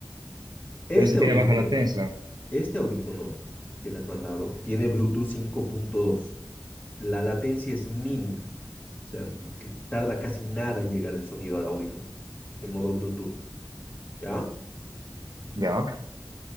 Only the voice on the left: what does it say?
Este
audífono
este audífono que me has mandado tiene Bluetooth cinco punto dos. La latencia es mínima. O sea, que tarda casi nada en llegar el sonido al audífono en modo Bluetooth, ¿ya?